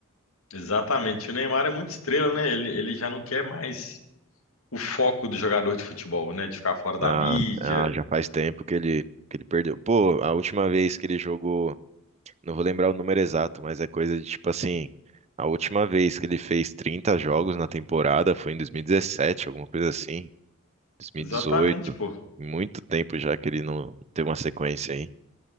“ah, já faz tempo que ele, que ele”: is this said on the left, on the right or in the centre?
Right